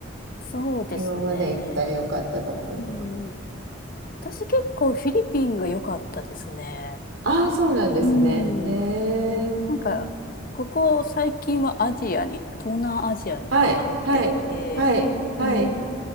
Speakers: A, on the left; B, on the right.
A: そうですね。
B: 今まで行った良かったところとか。
A: うん。私結構フィリピンが良かったですね。
B: ああ、そうなんですね。
A: うん。
B: えー、
A: なんか、ここ最近はアジアに、東南アジアにハマってて、
B: はい、はい、はい、はい。
A: うん。